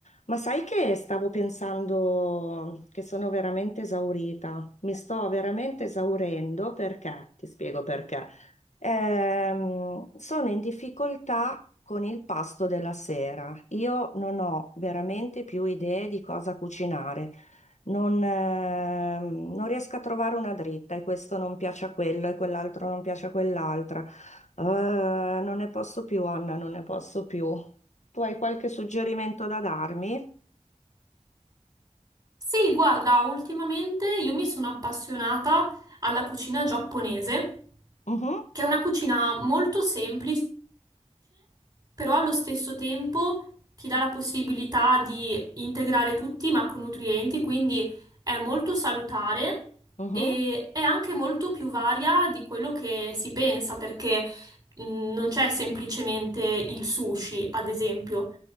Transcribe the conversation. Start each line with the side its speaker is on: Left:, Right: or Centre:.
Left: Ma sai che stavo pensando che sono veramente esaurita, mi sto veramente esaurendo perché, ti spiego perché, Ehm, sono in difficoltà con il pasto della sera. Io non ho veramente più idee di cosa cucinare, non, ehm, non riesco a trovare una dritta e questo non piace a quello e quell'altro non piace a quell'altra. Eh, non ne posso più, Anna, non ne posso più. Tu hai qualche suggerimento da darmi?
Right: Sì, guarda, ultimamente io mi sono appassionata alla cucina giapponese,
Left: Mhm,
Right: che è una cucina molto semplice, però allo stesso tempo ti dà la possibilità di integrare tutti i macronutrienti, quindi è molto salutare
Left: mhm.
Right: e è anche molto più varia di quello che si pensa, perché mh, non c'è semplicemente il sushi, ad esempio.